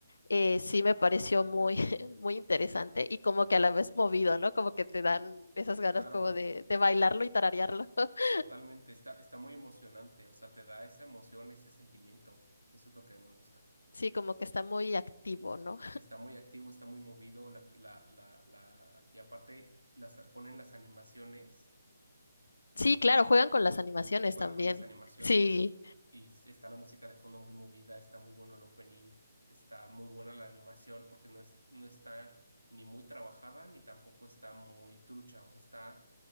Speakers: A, on the left; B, on the right.
A: eh, sí me pareció muy, <laughs> muy interesante y como que a la vez movido, ¿no? Como que te dan esas ganas
B: claro,
A: como de, de bailarlo y tararearlo. <laughs>
B: totalmente. Está, está muy emocionante, o sea, te da esa emoción, ese sentimiento. Eso es lo que a mí me gusta.
A: Sí, como que está muy activo, ¿no?
B: Está muy activo, está muy movido, la, la, la, la- y aparte las, ponen las animaciones.
A: Sí, claro, juegan con las animaciones
B: juegan
A: también.
B: con las animaciones
A: Sí.
B: y s- está la música de fondo muy movida, está muy bueno el opening, está muy buena la animación porque no es, no está ni muy trabajada ni tampoco está muy trucha, o sea, está